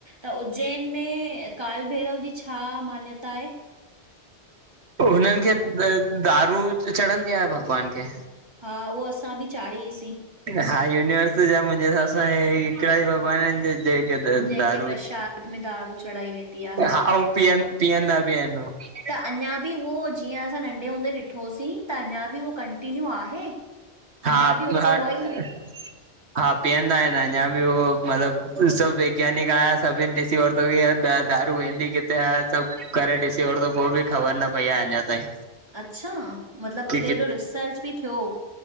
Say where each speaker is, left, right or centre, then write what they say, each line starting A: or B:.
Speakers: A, on the right; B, on the right.
A: त उज्जैन में काल भैरव जी छा मान्यता आहे?
B: हुननि खे दारू चढ़ंदी आहे भॻवान खे।
A: हा, उहो असां बि चाढ़ीईसीं।
B: हा, यूनिवर्स जा मुंहिंजे हिसाब सां हे ही हिकिड़ा ई भॻवान इन जे के
A: जंहिंखे
B: दारू
A: प्रशाद में दारू चढ़ाई वेंदी आहे हा
B: हाऊं पीअं पीअंदा बि आहिनि हो।
A: त अञा बि उहो जीअं असां नंढे हूंदे ॾिठोहोसीं त अञा बि उहो कंटीन्यू आहे?
B: हा,
A: अञा बि
B: मए
A: उते उहा ई
B: हा पीअंदा आहिनि अञा बि हो मतलबु सभु वैज्ञानिक आया सभिनि ॾिसी वरितो कि दारू वेंदी किथे आ, सब करे ॾिसी वरतो पोइ बि ख़बर न पई आ अञा ताईं।
A: अच्छा, मतलबु
B: की
A: हुते
B: कि
A: एॾो रिसर्च बि थियो।